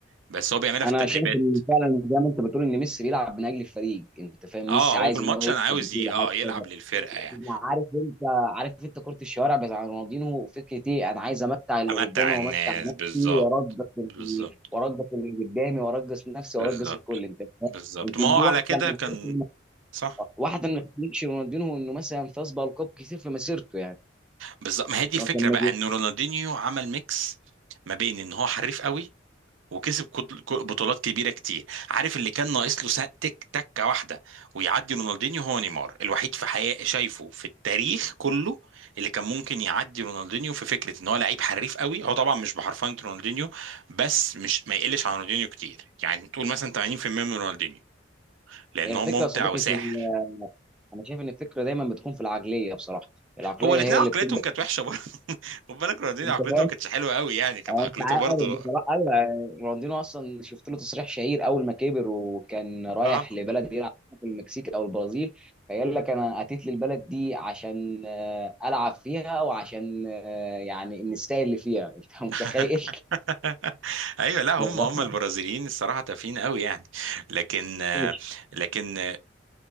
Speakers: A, on the right (about 75°); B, in the centre.
A: بس هو بيعملها
B: انا
A: في التدريبات
B: شايف ان فعلا زي ما انت بتقول ان ميسي بيلعب من اجل الفريق انت فاهم
A: اه
B: ميسي عايز
A: هو في الماتش
B: ان هو يكسب
A: انا عاوز
B: بطوله
A: ي... اه
B: عايز
A: يلعب
B: كذا
A: للفرقة يعني
B: أنا عارف انت عارف انت كره الشوارع بتاع رونالدينو فكره ايه انا عايز امتع اللي
A: امتع
B: قدامي وامتع
A: الناس
B: نفسي
A: بالظبط
B: وارجس ال-
A: بالظبط
B: وارجس اللي قدامي وارجس نفسي
A: بالظبط
B: وارجس الكل انت فاهم
A: بالظبط
B: يمكن
A: ما هو
B: دي
A: على
B: واحده
A: كده
B: من الحاجات
A: كان
B: اللي-
A: صح
B: واحده من تخليكش رونالدينو انه مثلا فاز بالقاب كتير في مسيرته يعني
A: بالظبط ما هي دي
B: إنه
A: الفكره
B: كان
A: بقى
B: مجنون.
A: ان رونالدينيو عمل ميكس ما بين ان هو حريف قوي وكسب كت- ك- بطولات كبيره كتير عارف اللي كان ناقص له سا- تك تكه واحده ويعدي رونالدينيو هو نيمار الوحيد في حياة شايفه في التاريخ كله اللي كان ممكن يعدي رونالدينيو في فكره ان هو لعيب حريف قوي هو طبعا مش بحرفنه رونالدينيو بس مش ما يقلش عن رونالدينيو كتير يعني تقول مثلا 80% من رونالدينيو لان
B: هي الفكره
A: هو ممتع
B: يا صديقي
A: وساحر
B: في ال- انا شايف ان الفكره دايما بتكون في العقليه بصراحه العقليه
A: هو الاثنين
B: هي اللي
A: عقليتهم
B: بتبدا
A: كانت وحشه برضه <laughs> خد بالك رونالدينيو
B: انت
A: عقليته
B: فاهم
A: ما كانتش حلوه قوي يعني كانت
B: هو
A: عقليته
B: انت عارف
A: برضه
B: بصراحه ايوه يعني رونالدينو اصلا شفت له تصريح شهير اول ما كبر وكان رايح
A: اه
B: لبلد يلعب في المكسيك او البرازيل فقال لك انا اتيت للبلد دي عشان آه، العب فيها وعشان آه، يعني النساء اللي فيها <laughs> انت
A: <laughs>
B: متخيل
A: ايوه لا هم
B: <laughs>
A: هم البرازيليين الصراحه تافهين قوي يعني لكن آه،
B: انا مش
A: لكن آه،